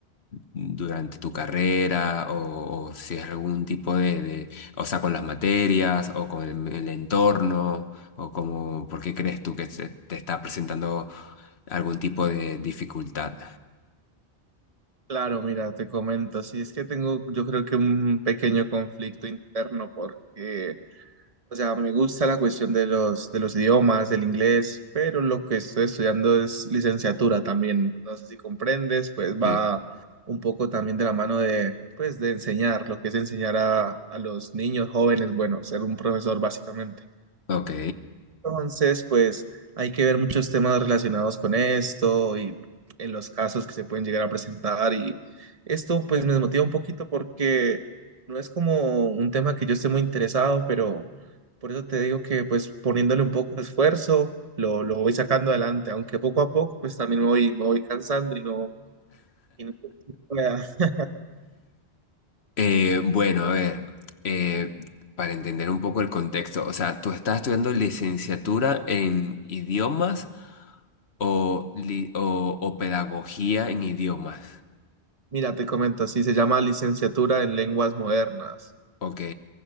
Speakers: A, on the left; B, on the right.
A: durante tu carrera o, o si es algún tipo de, de- o sea, con las materias o con el, el entorno o como, ¿por qué crees tú que se- te está presentando algún tipo de dificultad?
B: Claro, mira, te comento, sí, es que tengo yo creo que un pequeño conflicto interno porque, o sea, me gusta la cuestión de los, de los idiomas, el inglés, pero lo que estoy estudiando es licenciatura también, no sé si comprendes, pues va
A: Sí.
B: un poco también de la mano de, pues, de enseñar, lo que es enseñar a, a los niños jóvenes, bueno, ser un profesor básicamente.
A: Ok.
B: Entonces, pues hay que ver muchos temas relacionados con esto y en los casos que se pueden llegar a presentar. Y esto pues me motiva un poquito porque no es como un tema que yo esté muy interesado, pero por eso te digo que pues poniéndole un poco de esfuerzo lo, lo voy sacando adelante, aunque poco a poco pues también me voy, me voy cansando y no... Y no... <laughs>
A: Eh, bueno, a ver, eh, para entender un poco el contexto, o sea, ¿tú estás estudiando licenciatura en idiomas o, li- o, o pedagogía en idiomas?
B: Mira, te comento, así se llama licenciatura en lenguas modernas.
A: Ok.